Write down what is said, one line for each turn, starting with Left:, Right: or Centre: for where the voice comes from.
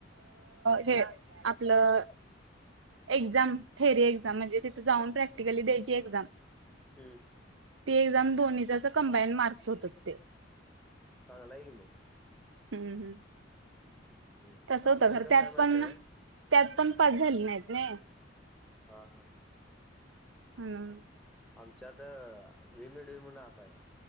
Right: हे आपलं. एक्झाम थेरी एक्झाम म्हणजे, तिथे जाऊन प्रॅक्टिकली द्यायची एक्झाम.
Centre: हम्म.
Right: ते एक्झाम दोन्हीच असं कम्बाईन मार्क. <unintelligible>
Centre: चांगला आहे की मग
Right: हम हम.
Centre: हम्म
Right: तसं
Centre: आमच्यावर
Right: होतं खरं
Centre: कसं
Right: त्यात
Centre: आहे माहित
Right: पण,
Centre: आहे
Right: त्यात पण पास झाली नाहीत नी.
Centre: हा हा.
Right: हम.
Centre: आमच्यात विमिडीओ म्हणून ॲप आहे,